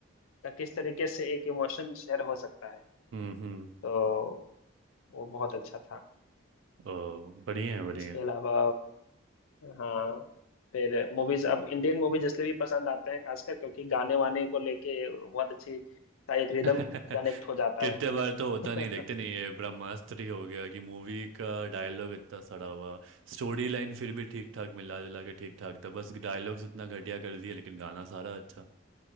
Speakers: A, on the left; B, on the right.
A: का किस तरीके से एक इमोशन शेयर हो सकता है
B: हम्म हम्म
A: तो वो बहुत अच्छा था
B: ओ बढ़िया है बढ़िया
A: इसके अलावा हाँ फिर मूवीज अब इंडियन मूवीज इसलिए भी पसंद आते हैं खासकर क्योंकि गाने वाने को लेके बहुत अच्छी सा एक रिदम
B: है
A: कनेक्ट
B: <laughs>
A: हो जाता
B: कितने
A: है
B: बार तो होता
A: <laughs>
B: नहीं देखते नहीं ये ब्रह्मास्त्र ही हो गया कि मूवी का डायलॉग इतना सड़ा हुआ स्टोरी लाइन फिर भी ठीक ठाक मिला जुला के ठीक ठाक था बस डायलॉग्स इतना घटिया कर दिए लेकिन गाना सारा अच्छा